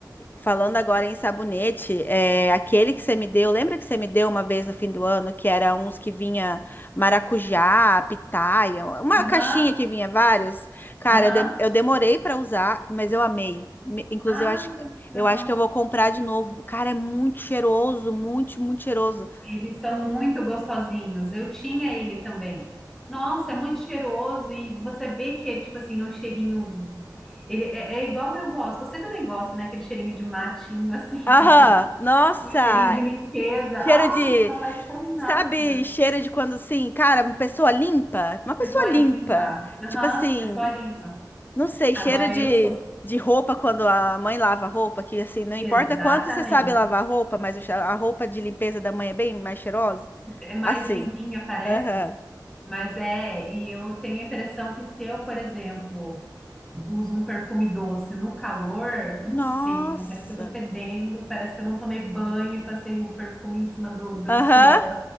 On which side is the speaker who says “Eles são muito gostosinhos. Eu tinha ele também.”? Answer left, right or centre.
Centre